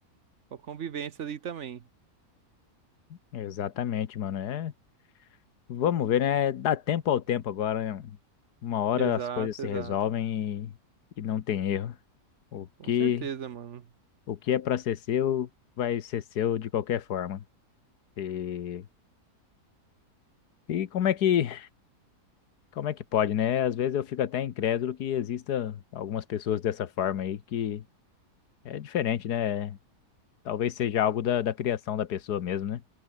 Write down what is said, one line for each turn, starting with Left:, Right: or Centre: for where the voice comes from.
Right: sua convivência ali também.
Left: Exatamente, mano. É, vamos ver, né? Dá tempo ao tempo agora, né? Uma hora
Right: Exato,
Left: as coisas se
Right: exato.
Left: resolvem e, e não tem erro. O
Right: Com
Left: que,
Right: certeza, mano.
Left: o que é pra ser seu, vai ser seu de qualquer forma. E, e como é que, como é que pode, né? Às vezes eu fico até incrédulo que exista algumas pessoas dessa forma aí que é diferente, né? Talvez seja algo da, da criação da pessoa mesmo, né?